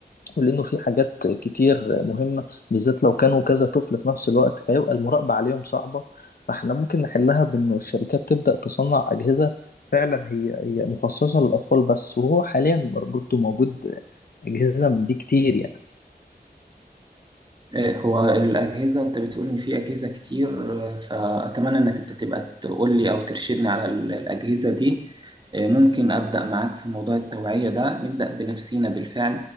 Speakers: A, on the left; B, on the right.
A: ولأنه في حاجات كتير مهمة بالذات لو كانوا كذا طفل في نفس الوقت فيبقى المراقبة عليهم صعبة فاحنا ممكن نحلها بأنه الشركات تبدأ تصنع أجهزة فعلا هي هي مخصصة للأطفال بس وهو حاليا برضه موجود أجهزة من دي كتير يعني
B: إيه هو الأجهزة أنت بتقول إن في أجهزة كتير آه، فأتمنى إنك أنت تبقى تقول لي أو ترشدني على ال- الأجهزة دي آه، ممكن أبدأ معاك في موضوع التوعية ده نبدأ بنفسينا بالفعل